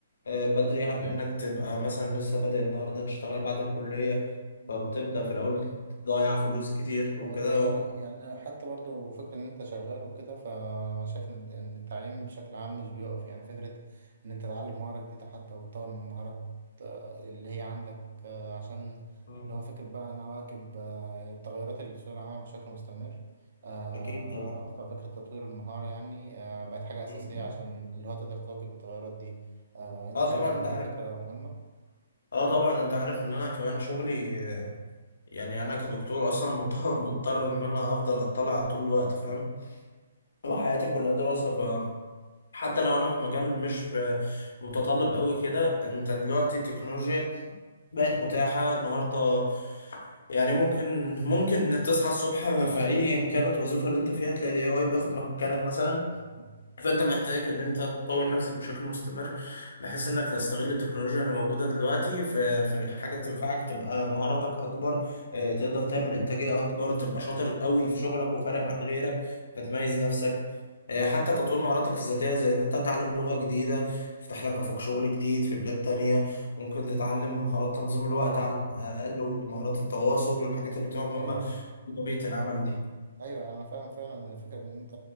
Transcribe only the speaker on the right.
ب...
والله
اه يعني حتى برضو فكرة ان انت شغال وكده فانا شايف ان ان التعليم بشكل عام مش بيقف يعني فكرة ان انت تتعلم مهارة جديدة حتى وتطور من مهارات آه، اللي هي عندك آه، عشان
اللي هو فكرة بقى انا واكب آه، التغيرات اللي في سوق العمل بشكل مستمر آه،
ففكرة تطوير المهارة يعني آه، بقت حاجة أساسية
عشان اللي هو تقدر تواكب التغيرات دي آه، انت
شايف ان
دي
فكرة مهمة؟
<laughs>
مم.
مم.
ايوه
ايوه انا فاهم فعلا إن فكره ان انت